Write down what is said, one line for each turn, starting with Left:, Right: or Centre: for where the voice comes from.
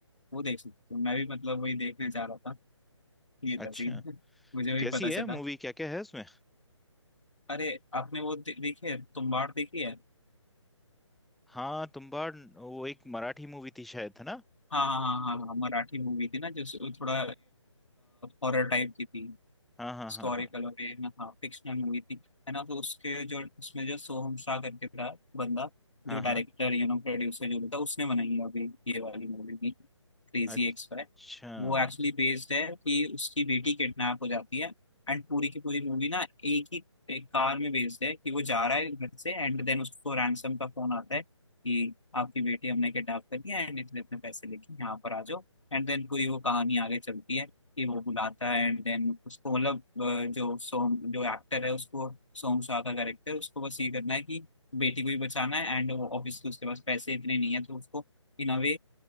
Left: वो देख सकते हो मैं भी मतलब वही देखने जा रहा था ये था
Centre: अच्छा
Left: scene। <laughs> मुझे भी
Centre: कैसी
Left: पता
Centre: है
Left: चला
Centre: मूवी क्या क्या है उसमें
Left: अरे आपने वो दे, देखी है तुम्बाड़ देखी है
Centre: हाँ तुम्बाड़ वो एक मराठी मूवी थी शायद है ना
Left: हाँ हाँ हाँ हाँ हाँ मराठी मूवी थी ना जो थोड़ा हॉरर टाइप की थी
Centre: हाँ
Left: हिस्टोरिकल
Centre: हाँ हाँ हाँ
Left: और ये हाँ फिक्शनल मूवी थी है ना तो उसके जो उसमें जो सोहम शाह करके था बंदा
Centre: हाँ
Left: जो डायरेक्टर
Centre: हाँ
Left: यू नो प्रोड्यूसर जो भी था उसने बनाई है अभी ये वाली मूवी भी क्रेजी
Centre: अच्छा
Left: एक्स फाइव वो एक्चुअली बेस्ड है कि उसकी बेटी किडनैप हो जाती है एंड पूरी की पूरी मूवी ना एक ही एक कार में बेस्ड है कि वो जा रहा है घर से एंड देन उसको रैंसम का फोन आता है कि आपकी बेटी हमने किडनैप कर लिया एंड इतने इतने पैसे लेके यहाँ पर आ जाओ एंड देन पूरी वो कहानी आगे चलती है कि वो बुलाता है एंड देन उसको मतलब अ, जो सोम जो एक्टर है उसको सोम शाह का कैरेक्टर उसको बस ये करना है कि बेटी को भी बचाना है एंड वो ऑब्वियसली उसके पास पैसे इतने नहीं है तो उसको इन अ वे